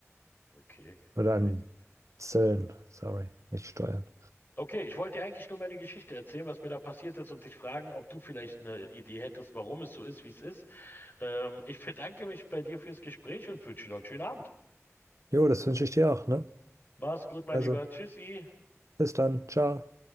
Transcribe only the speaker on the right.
Oder
an Zöllen, sorry, nicht Steuern.
Jo, das wünsche ich dir auch, ne?
Also,
bis dann. Ciao.